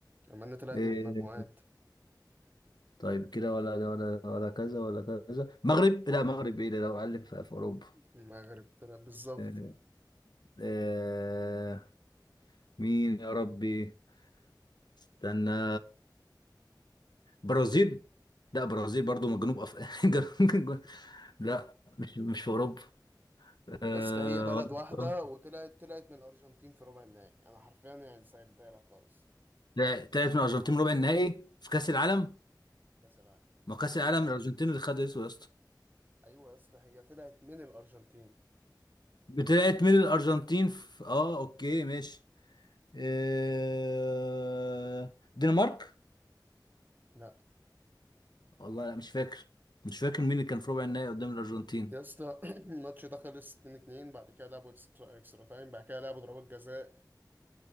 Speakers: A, on the right (about 25°); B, on the left (about 65°).
A: المانيا طلعت
B: آه،
A: من المجموعات
B: طيب كده ولا ولا ولا كذا ولا كذا مغرب لا مغرب ايه ده لو قال في في اوروبا
A: المغرب طلع بالظبط
B: آه، آه، مين يا ربي استنى برازيل لا برازيل برضو من جنوب افريقيا <laughs> لا مش مش في اوروبا آه،
A: يا اسطى هي بلد
B: ولا-
A: واحدة وطلعت طلعت من الأرجنتين في ربع النهائي أنا حرفيا يعني سهلتها لك خالص
B: لا طلعت من الارجنتين ربع النهائي في كاس العالم
A: اه كأس العالم
B: ما هو كاس العالم الارجنتين اللي خدته يا اسطى
A: أيوة يا اسطى هي طلعت من الأرجنتين
B: طلعت من الارجنتين في... اه اوكي ماشي آه، دنمارك
A: لا
B: والله لا مش فاكر مش فاكر مين اللي كان في ربع النهائي قدام الارجنتين
A: يا اسطى <clears throat> الماتش ده خلص 2-2 بعد كده لعبوا اكسترا, اكسترا تايم بعد كده لعبوا ضربات جزاء